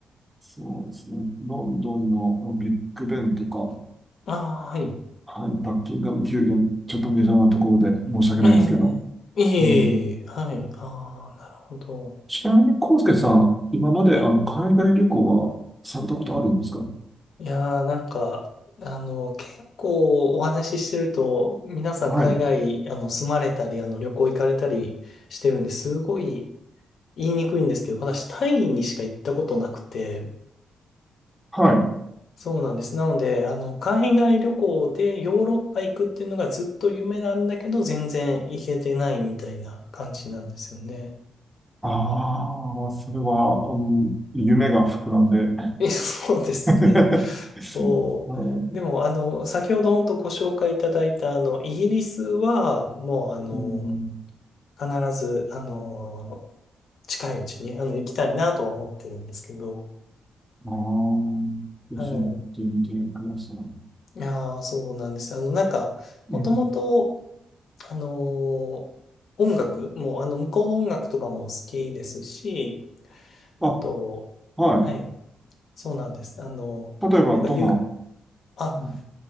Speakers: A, in the centre; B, on the left.
A: そうですね。ロンドンのビッグベンとか、
B: ああ、はい。
A: はい、バッキンガム宮殿、ちょっとメジャーなところで申し訳ないですけど。
B: ええ、いえいえ、
A: うん、
B: はい。ああ、なるほど。
A: ちなみに、康介さん、今まであの海外旅行はされたことあるんですか
B: はい。いやー、なんか、あの、結構お話ししてると、皆さん海外、
A: はい。
B: あの、住まれたり、あの、旅行行かれたりしてるんですごい言いにくいんですけど、私、タイにしか行ったことなくて、
A: はい。
B: そうなんです。なので、あの、海外旅行でヨーロッパ行くっていうのがずっと夢なんだけど、全然行けてないみたいな感じなんですよね。
A: ああ、それは、うん、夢が膨らんで。
B: <laughs> え、そうですね。
A: <laughs>
B: そう。
A: あ、う
B: でも、あの、先ほど本当ご紹介いただいた、あの、イギリスは、もう、あの、
A: ん、
B: 必ず、あの、近いうちに、あの、行きたいなとは思ってるんですけど、
A: ああ、ぜひ行ってみてください。
B: はい。
A: うん。
B: いやー、そうなんです。あの、なんか、もともと、
A: うん
B: あの、音楽も、あの、向こうの音楽とかも好きですし、
A: あ、
B: あと、
A: は
B: はい、そうなんです。あの、
A: い。例えば、
B: なんか、
A: どんな、
B: あ、
A: うん